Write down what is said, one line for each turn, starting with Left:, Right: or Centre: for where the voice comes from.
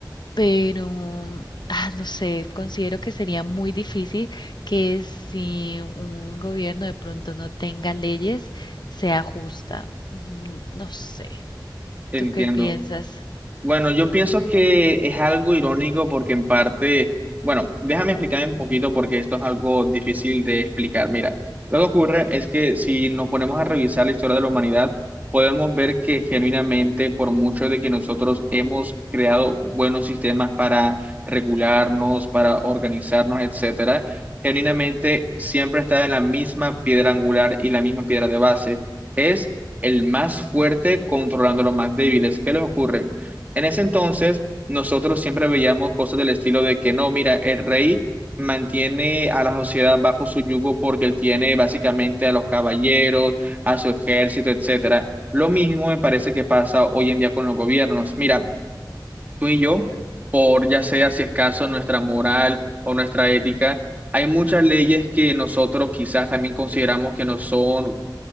Left: pero... Ah, no sé, considero que sería muy difícil que si un gobierno de pronto no tenga leyes, sea justa. Mm, No sé.
Right: entiendo.
Left: ¿Tú qué piensas?
Right: Bueno, yo pienso que es algo irónico porque en parte, bueno, déjame explicar un poquito porque esto es algo difícil de explicar. Mira, lo que ocurre es que si nos ponemos a revisar la historia de la humanidad, podemos ver que genuinamente, por mucho de que nosotros hemos creado buenos sistemas para regularnos, para organizarnos, etcétera, genuinamente siempre está en la misma piedra angular y la misma piedra de base. Es el más fuerte controlando a los más débiles. ¿Qué les ocurre? En ese entonces, nosotros siempre veíamos cosas del estilo de que no, mira, el rey mantiene a la sociedad bajo su yugo porque él tiene básicamente a los caballeros, a su ejército, etcétera. Lo mismo me parece que pasa hoy en día con los gobiernos. Mira, tú y yo, por ya sea si es caso nuestra moral o nuestra ética, hay muchas leyes que nosotros quizás también consideramos que no son